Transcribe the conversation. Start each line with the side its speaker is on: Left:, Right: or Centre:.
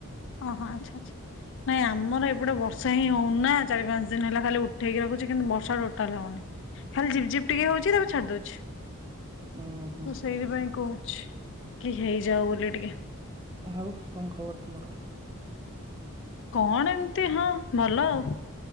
Left: ଓହୋ ଆଛା ଆଛା ନାଇଁ ଆମର ଏପଟେ ବର୍ଷ ବର୍ଷାି ହି ହଉନା ଚାରି ପାଞ୍ଚ ଦିନ ହେଲା ଖାଲି ଉଠେଇକିଖୁଛି କିନ୍ତୁ ବର୍ଷା ଟୋଟାଲ ହଉନି। ଖାଲି ଝିପ୍ ଝିପ୍ ଟିକେ ହଉଛି ତାପରେ ଛାଡି ଦଉଛି।
Right: ଉୁଁ ହୁଁ
Left: ମୁଁ ସେଇଥିପାଇଁ କହୁଛି କି ହେଇଯାଉ ବୋଲି ଟିକେ।
Right: ଆଉ କଣ ଖବର ତୁମର?
Left: କଣ ଏମିତି ହଁ ଭଲ ଆଉ।